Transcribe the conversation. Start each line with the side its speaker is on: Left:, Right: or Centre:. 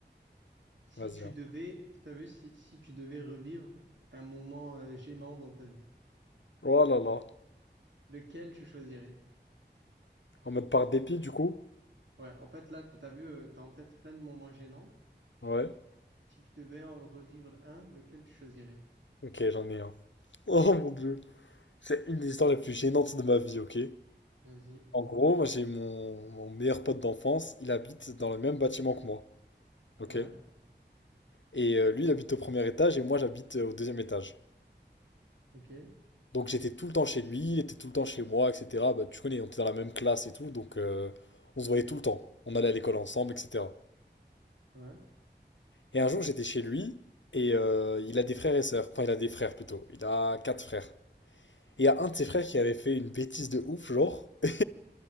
Right: si
Left: vas-y.
Right: tu
Left: hein.
Right: devais, t'as vu, si, si tu devais revivre un moment euh, gênant dans ta vie,
Left: Oh là là.
Right: lequel tu choisirais?
Left: En mode par dépit, du coup?
Right: Ouais, en fait, là, t'as t'as vu, euh, t'as en tête plein de moments gênants.
Left: Ouais.
Right: Si tu devais en revivre un, lequel tu choisirais?
Left: Ok, j'en ai un. <laughs> Oh mon Dieu. C'est une des histoires les plus gênantes de ma vie, ok?
Right: Vas-y.
Left: En gros, moi, j'ai mon, mon meilleur pote d'enfance. Il habite dans le même bâtiment que moi. Ok?
Right: Ouais.
Left: Et euh, lui, il habite au premier étage et moi, j'habite euh, au deuxième étage.
Right: Ok,
Left: Donc j'étais tout le temps chez lui, il était tout le temps chez moi, etc. Bah, tu connais, on était dans la même classe et tout, donc euh, on se voyait tout le temps. On allait à l'école ensemble, etc.
Right: ouais,
Left: Et un jour, j'étais chez lui et euh, il a des frères et sœurs. Enfin, il a des frères plutôt. Il a quatre frères. Et il y a un de ses frères qui avait fait une bêtise de ouf, genre. <laughs>